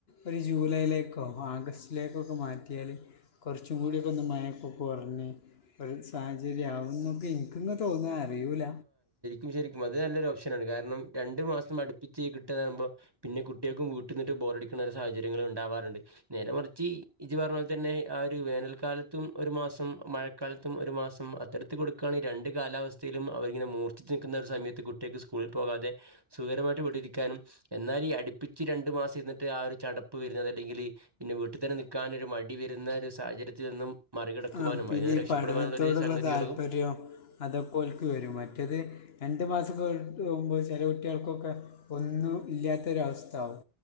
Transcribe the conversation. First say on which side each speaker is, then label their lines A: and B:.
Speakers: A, on the left (about 70°); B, on the right (about 25°).
A: ഒരു ജൂലൈയിലേക്കോ ആഗസ്റ്റിലേക്കൊക്കെ മാറ്റിയാല് കുറച്ചും കൂടിയൊക്കെ ഒന്ന് മയക്കൊക്കെ കുറഞ്ഞ് ഒരു സാഹചര്യംആവും എന്നൊക്കെ എനിക്ക് ഇങ്ങ് തോന്നാ അറിയൂല
B: ഉം ശരിക്കും അത് നല്ലൊരു ഓപ്ഷനാണ് കാരണം രണ്ട് മാസം അടുപ്പിച്ച് കിട്ടുന്നത് ആകുബോൾ പിന്നെ കുട്ടികൾക്കും വീട്ടിൽ നിന്നട്ട് ബോറടിക്കണ ഒരു സാഹചര്യങ്ങൾ ഉണ്ടാവാറുണ്ട് നേരെ മറിച്ച് ഇജ്ജ് പറഞ്ഞ പോലെ തന്നെ ആ ഒരു വേനൽക്കാലത്തും ഒരു മാസം മഴക്കാലത്തും ഒരു മാസം ഉം അത്തരത്തി കൊടുക്കണെൽ രണ്ട് കാലാവസ്ഥയിലും അവരിങ്ങനെ മൂർച്ചിച്ച് നിൽക്കുന്ന ഒരു സമയത്ത് കുട്ട്യേൾക്ക് സ്കൂളിൽ പോകാതെ സുഖകരമായിട്ട് ഇവിടിരിക്കാനും എന്നാൽ ഈ അട്പ്പിച്ച് രണ്ട് മാസം ഇരുന്നിട്ട് ആ ഒരു ചടപ്പ് വരുന്നത് അല്ലെങ്കില് പിന്നെ വീട്ട് തന്നെ നിൽക്കാനൊരു മടി വരുന്ന ഒരു സാഹചര്യത്തിൽ നിന്നും മറികടക്കുവാനും
A: ആഹ് പിന്നെ
B: അതിൽ നിന്ന്
A: ഈ
B: രക്ഷപ്പെടുവാനുള്ള
A: പഠനത്തോടുള്ള
B: ഒരു സംഗതികളും
A: താല്പര്യം അതൊക്കെ ഓൽക്ക് വരും മറ്റേത് രണ്ടു മാസക്കെ കഴിഞ്ഞിട്ട് പോകുമ്പോൾ ചെല കുട്ടികൾക്കൊക്കെ ഒന്നും ഇല്ലാത്തൊരവസ്ഥ ആവും